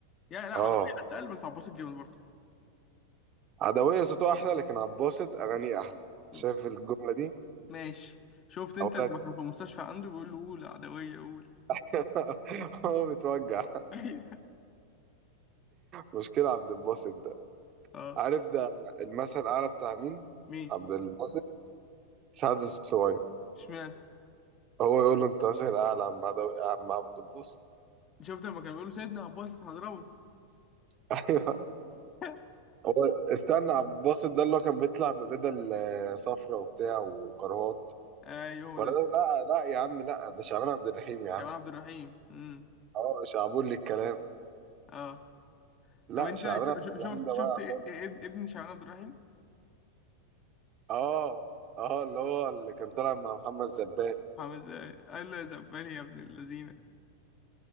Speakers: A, on the left; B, on the right.
A: يا لا عدويه
B: اه
A: اتقل بس عباسط جامد برضه
B: عدوية صوته أحلى لكن عباسط أغانيه أحلى
A: م.
B: شايف الجملة دي؟
A: ماشي شفت انت
B: أقول
A: لما
B: لك
A: كانوا في المستشفى عنده بيقول له قول عدويه قول <laughs>
B: <laughs> هو بتوجع
A: ايوه
B: مشكلة عبد الباسط ده
A: اه
B: عارف ده المثل الأعلى بتاع مين؟
A: مين
B: عبد الباسط سعد الصغير
A: اشمعنى
B: هو يقول له أنت مثل الأعلى يا عم عدوي يا عم عبد الباسط
A: شفت لما كان بيقول له سيدنا عباسط هضربه
B: <laughs> أيوه
A: <laughs>
B: هو استنى عبد الباسط ده اللي هو كان بيطلع ببدل آه، صفرا وبتاع وكرهات
A: ايوه هو
B: ولا
A: ده
B: ده لا لا يا عم لا ده شعبان عبد الرحيم يا عم
A: شعبان عبد الرحيم امم
B: اه شعبولي الكلام
A: اه
B: لا
A: طب انت
B: شعبان
A: شو-
B: عبد
A: شو- شفت
B: الرحيم ده
A: شفت
B: واقع
A: إيه-
B: خالص
A: إيه- ابن شعبان عبد الرحيم
B: اه اه اللي هو اللي كان طالع مع محمد زبان
A: عامل ازاي قال له يا زبال يا ابن اللذينه